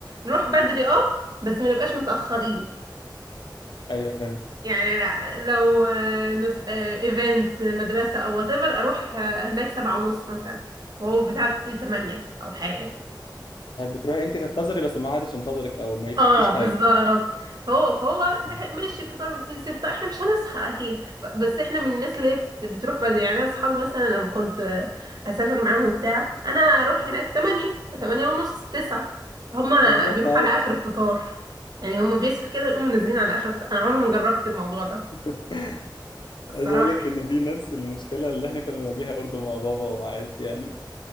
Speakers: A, on the right; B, on the left.
A: نروح بدري اه بس ما نبقاش متاخرين
B: أيوه فهمت
A: يعني لا لو اه، نز... اه، ايفنت مدرسه او whatever اروح اه، هناك سبعة ونص مثلا وهو بتاع 8 او حاجه
B: طيب بتروحي أنت تنتظري بس ما حدش ينتظرك أو ما يفوتكش
A: اه بالظبط
B: حاجة
A: فهو فهو
B: مم.
A: ماشي الفطار بيبتدي ستة احنا مش هنصحى اكيد ف- بس احنا من الناس اللي هي بت- بتروح بدري يعني انا اصحابي مثلا لما كنت اسافر معاهم بتاع انا اروح هناك تمانية تمانية ونص تسعة هما
B: بالظبط
A: بيروحوا
B: عادي
A: على اخر الفطار يعني هما بيصحوا كده ويقوموا نازلين على اخر الفطار انا عمري ما جربت الموضوع ده
B: <laughs>
A: الصراحة
B: عايز أقول لك إن دي نفس المشكلة اللي إحنا كنا بنواجهها برضو مع بابا ومع عيلتي يعني